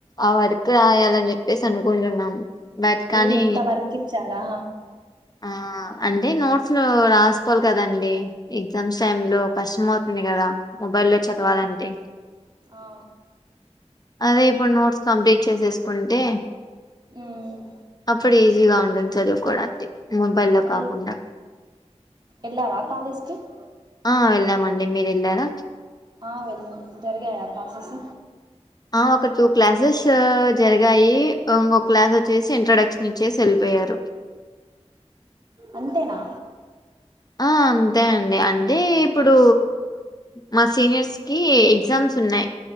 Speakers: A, on the left; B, on the right.
A: ఆ వర్క్ రాయాలని చెప్పేసి అనుకుంటున్నాము బట్ కానీ
B: ఏమంతా వర్క్ ఇచ్చారా
A: ఆ అంటే నోట్స్ లో రాసుకోవాలి కదండి ఎగ్జామ్స్ టైమ్ లో కష్టం అవుతుంది కదా మొబైల్లో చదవాలంటే
B: ఆ ఆ
A: అదే ఇప్పుడు నోట్స్ కంప్లీట్ చేసేసుకుంటే
B: మ్మ్
A: అప్పుడు ఈజీగా ఉంటుంది చదువుకోవడానికి మొబైల్లో
B: ఎల్
A: కాకుండా
B: ఎల్లారా కాలేజ్ కి <inaudible>
A: ఆ వెళ్ళా మండి మీరు వెళ్ళారా
B: ఆ వెళ్ళం జరిగాయా క్లాసెస్
A: ఆ ఒక టూ క్లాసెస్ జరిగాయి ఇంకో క్లాస్ వచ్చేసి ఇంట్రొడక్షన్ ఇచ్చేసి వెళ్ళిపోయారు
B: అంతేనా
A: ఆ అంతే అండి అంటే ఇప్పుడు మా సీనియర్స్ కి ఎగ్జామ్స్ న్నాయి